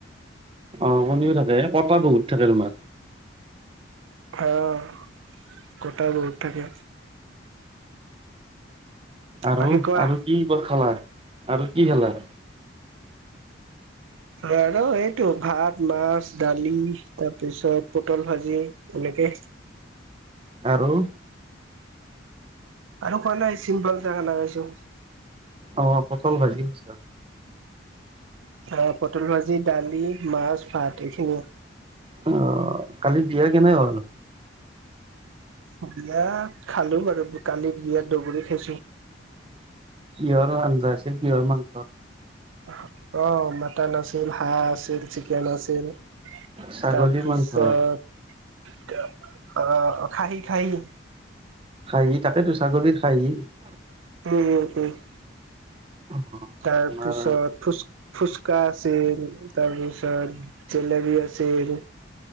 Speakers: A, on the right; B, on the right.
A: অ' কণীও থাকে <unintelligible> বহুত থাকে তোমাৰ।
B: অ' কতা বহুত থাকে।
A: আৰু
B: বাকী কোৱা
A: আৰু কি কত খালা আৰু কি খালা?
B: আৰু এইটো ভাত, মাছ, দালি তাৰ পিছত পটল ভাজি। এনেকে।
A: আৰু।
B: আৰু খোৱা নাই চিম্পাল চা খানা খাইছোঁ।
A: অ' পটল ভাজি। <unintelligible>
B: আহ পটল ভাজি, দালি, মাছ, ভাত এইখিনিয়ে।
A: অ' কালি বিয়া কেনে হ'ল?
B: অ বিয়া খালো বাৰু ব কালি বিয়া দগৰি খাইছো।
A: কিহৰ আঞ্জা আছে কিহৰ মাংস?
B: অহ অ' মাটান আছিল, হাঁহ আছিল, চিকেন আছিল।
A: ছাগলীৰ
B: তাৰ পিছত
A: মাংস।
B: আহ' অ খাহি, খাহি।
A: খায় তাকেতো ছাগলীৰ খায়।
B: উম', উম'
A: অ',
B: তাৰ
A: তোমাৰ
B: পিছত ফুছ ফুচকা আছিল তাৰ পিছত জেলেবী আছিল।